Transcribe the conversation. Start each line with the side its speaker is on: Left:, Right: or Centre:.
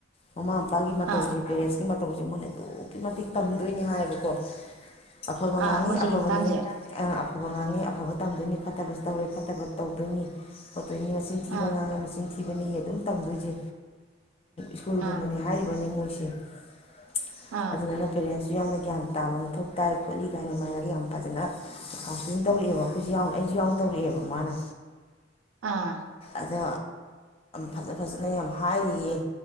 Left: ꯃꯃꯥ ꯃꯄꯥꯒꯤ ꯃꯇꯧꯁꯦ
Right: ꯑꯥ
Left: ꯄꯦꯔꯦꯟꯁ ꯇꯧꯁꯦ ꯃꯣꯏꯅ ꯑꯗꯨꯛꯀꯤ ꯃꯇꯤꯛ ꯇꯝꯗꯣꯏꯅꯦ ꯍꯥꯏꯌꯦꯕꯀꯣ ꯑꯐꯕ
Right: ꯑꯥ
Left: ꯉꯥꯡꯉꯤ
Right: ꯃꯣꯏ ꯆꯍꯤ
Left: ꯑꯐꯕꯅꯤ
Right: ꯃꯇꯥꯡꯁꯦ
Left: ꯑꯐꯕ ꯉꯥꯡꯉꯤ ꯑꯐꯕ ꯇꯝꯗꯣꯏꯅꯤ ꯐꯠꯇꯕꯁꯨ ꯇꯧꯔꯦ ꯐꯠꯇꯕ ꯇꯧꯗꯣꯏꯅꯤ ꯇꯣꯏꯅꯤ ꯃꯆꯤꯟ ꯊꯤꯕ
Right: ꯑꯥ
Left: ꯉꯥꯡꯉꯤ ꯃꯆꯤꯟ ꯊꯤ ꯊꯤꯕꯅꯦ ꯑꯗꯨꯝ ꯇꯝꯗꯣꯏꯁꯦ ꯁ꯭ꯀꯨꯜꯒꯨꯝꯕꯅꯤ
Right: ꯑꯥ
Left: ꯍꯥꯏꯔꯤꯕꯅꯤ ꯃꯣꯏ <unintelligible>
Right: ꯑꯥ
Left: ꯑꯗꯨꯅ ꯐ <inaudible> ꯁꯨ ꯌꯥꯝꯅ ꯒ꯭ꯌꯥꯟ ꯇꯥꯕ ꯃꯊꯧ ꯇꯥꯏ ꯈꯣꯠꯂꯤ ꯀꯥꯏꯅ ꯃꯥꯥꯏꯔꯒ ꯌꯥꯝ ꯐꯖꯅ ꯀꯥꯎꯟꯁꯂꯤꯡ ꯇꯧꯔꯛꯑꯦꯕ ꯑꯩꯈꯣꯏꯁꯨ ꯌꯥꯎꯅ ꯑꯩꯁꯨ ꯌꯥꯎꯅ ꯇꯧꯔꯛꯑꯦꯕ ꯃꯥꯅ
Right: ꯑꯥ
Left: ꯑꯗ ꯐꯖ ꯐꯖꯅ ꯌꯥꯝ ꯍꯥꯏꯔꯤꯌꯦ